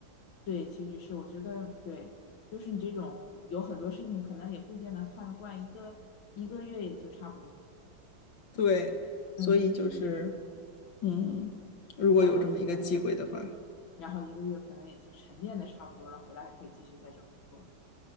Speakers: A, on the left (about 85°); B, on the left (about 75°).
A: 对，其实是我觉得对，就是你这种有很多事情可能也不一定能看得惯，一个一个月也就差不多。
B: <laughs> 对，所以就是，
A: 嗯，
B: 嗯，如果有这么一个机会的话，
A: 然后。然后一个月可能也就沉淀的差不多了，回来还可以继续再找工作。